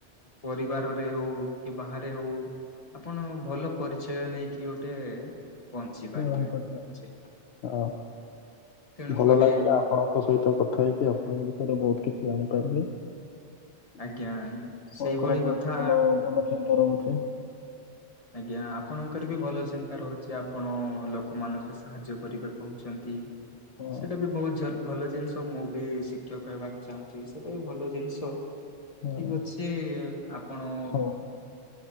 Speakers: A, on the left; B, on the left.
A: ପରିବାରରେ ହଉ କି ବାହାରେ ହଉ ଆପଣ ଭଲ ପରିଚୟ ନେଇକି ଗୋଟେ ପହଞ୍ଚି
B: ବ୍ୟବହାର
A: ପାରିବେ
B: କରିବା
A: ବୁଝିଲେ।
B: ହଁ
A: ତେଣୁକରି
B: ଭଲ ଲାଗିଲା ଆପଣଙ୍କ ସହିତ କଥା ହେଇକି ଆପଣଙ୍କ ବିଷୟରେ ବହୁତ କିଛି ଜାଣିପାରିଲି। ଆପଣଙ୍କର
A: ଆଜ୍ଞା ସେଇଭଳି
B: ବହୁତ
A: କଥା
B: ଭଲ ଭଲ ଚିନ୍ତା ରହୁଚି।
A: ଆଜ୍ଞା ଆପଣଙ୍କର ବି ଭଲ ଚିନ୍ତା ରହୁଛି ଆପଣ ଲୋକମାନଙ୍କୁ ସାହାଯ୍ୟ କରିବାକୁ କହୁଛନ୍ତି
B: ହଁ
A: ସେଇଟା ବି ବହୁତ ଭଲ ଜିନିଷ ମୁଁ ବି ଶିକ୍ଷକ ହେବାକୁ ଚାହୁଁ ସେଇଟା ବି ଭଲ ଜିନିଷ
B: ହଁ
A: ଠିକ ଅଛି ଆପଣ
B: ହଉ